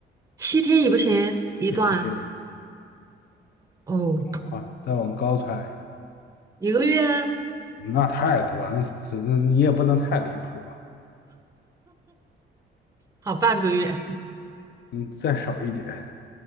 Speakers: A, on the right (about 15°); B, on the left (about 55°).
A: 七天也不行，一段
B: 这些
A: 哦，
B: 话再往高猜，
A: 一个月
B: 那太多，那是那你也不能太离谱啊。
A: 好半个月
B: 嗯，再少一点，